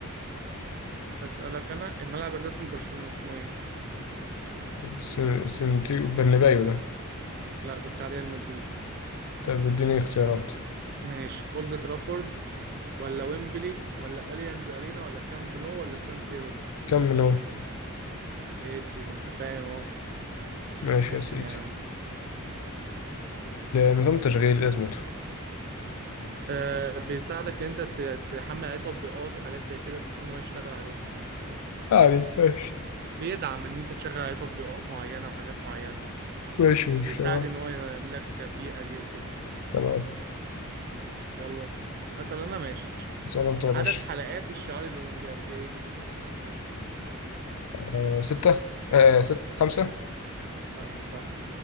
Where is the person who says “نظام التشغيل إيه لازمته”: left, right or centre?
Left